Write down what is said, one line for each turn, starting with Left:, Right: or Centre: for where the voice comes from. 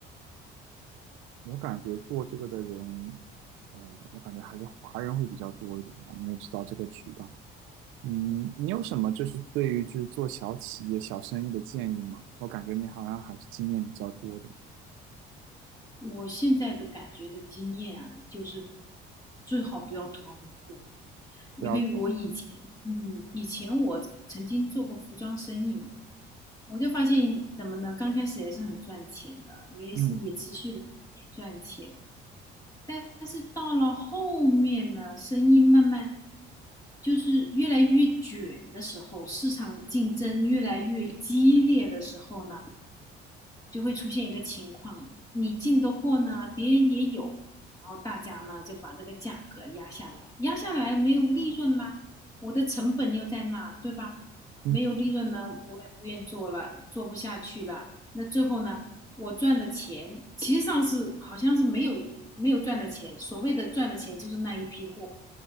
Right: 我感觉做这个的人，哦，我感觉还是华人会比较多一点吧，因为知道这个渠道。嗯，你有什么就是对于就是做小企业、小生意的建议吗？我感觉你好像还是经验比较多的，
Left: 我现在的感觉的经验啊，就是最好不要囤货，因为我以前，
Right: 不要投。
Left: 嗯，以前我曾经做过服装生意嘛，我就发现怎么呢？刚开始也是很赚钱的，也是也持续的
Right: 嗯
Left: 赚钱。但是到了后面呢，生意慢慢就是越来越卷的时候，市场竞争越来越激烈的时候呢，就会出现一个情况，你进的货呢，别人也有，然后大家呢就把这个价格压下来，压下来没有利润啦，我的成本又在那，对吧？
Right: 嗯
Left: 没有利润呢，我也不愿做了，做不下去了。那最后呢，我赚的钱其实上是好像是没有没有赚的钱，所谓的赚的钱就是那一批货，